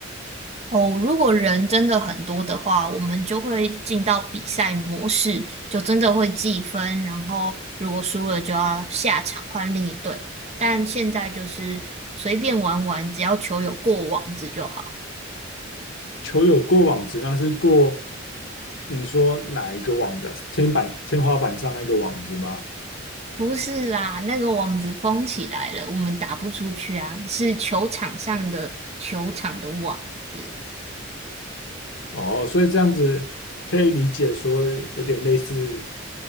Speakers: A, on the right; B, on the left.
A: 哦，如果人真的很多的话，我们就会进到比赛模式，就真的会计分，然后如果输了就要下场换另一队。但现在就是随便玩玩，只要球有过网子就好。
B: 球有过网子，那是过你说哪一个网子啊天板、天花板上那个网子吗？
A: 不是啦，那个网子封起来了，我们打不出去啊，是球场上的球场的网子。
B: 哦，所以这样子可以理解说有点类似